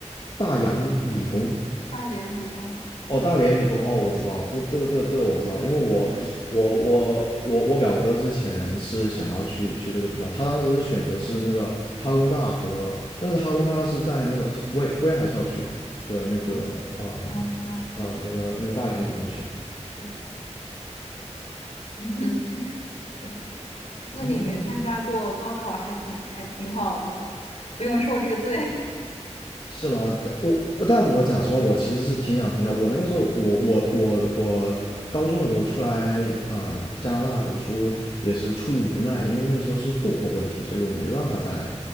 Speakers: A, on the left; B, on the left.
A: 大洋理工
B: 大连理工。
A: 哦，大连理工，哦，我知道，这这个这个这个我知道，因为我我我我我表哥之前是想要去去这个学校，
B: 嗯
A: 他当时是选择是那个哈工大和，但是哈工大是在那个威威海校区和那个呃
B: 哦啊这样子，
A: 呃那个那个大连理工选。
B: 对，嗯哼，是。那你没参加过高考，
A: 哦
B: 还挺还挺好的，不用受这个罪。
A: 是吗？但我我但我讲实话，我其实是挺想参加。我那个时候，我我我我高中的时候出来啊、呃加拿大读书也是出于无奈，因为那个时候是户口问题，所以我没办法在